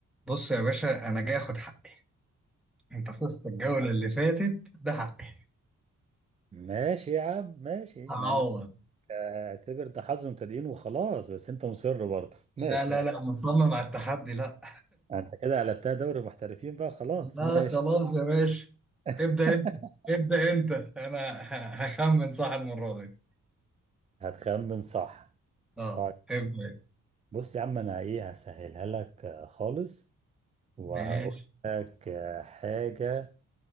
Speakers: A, in the centre; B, on the right (about 20°).
A: بص يا باشا انا جاي اخد حقي انت فزت الجولة اللي فاتت ده حقي
B: ماشي يا عم ماشي
A: هعوض
B: مع انك اعتبر ده حظ مبتدئين وخلاص بس انت مصر برضه ماشي
A: لا لا
B: يعني
A: لا مصمم على التحدي لا
B: انت كده قلبتها دوري محترفين بقى خلاص
A: لا
B: ماشي
A: خلاص يا باشا
B: <laughs>
A: ابدأ انت ابدأ انت انا ه- هخمن صح المرة دي
B: هتخمن صح
A: اه
B: طيب
A: ابدأ انت.
B: بص يا عم انا ايه هسهلها لك آه، خالص وهقول
A: ماشي
B: لك آه، حاجة